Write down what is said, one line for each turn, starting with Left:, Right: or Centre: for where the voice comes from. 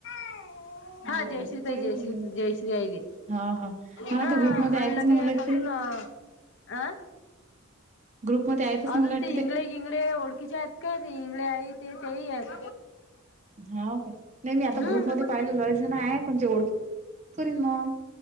Left: <unintelligible> हा
Right: बरं
Left: जयश्री ताई,
Right: पहिन
Left: जयश्री
Right: म्हणलं.
Left: जयश्री आइले
Right: हा हा
Left: हा
Right: ते ग्रुपमध्ये
Left: अन
Right: आहेतच
Left: लगे
Right: ना मला
Left: एक
Right: वाटते
Left: अजून अ, आं
Right: ग्रुपमध्ये आहेतच
Left: अजून
Right: ना मला वाटते
Left: ते इंगळे इंगळे ओळखीच्या आहेत काय ते? इंगळे आई ते तेही आहेत
Right: हाव का, नाही मी आता
Left: हम्म
Right: ग्रुप मध्ये पाहिलं लयजण हाय म्हणजे ओळख <unintelligible> करीन मग.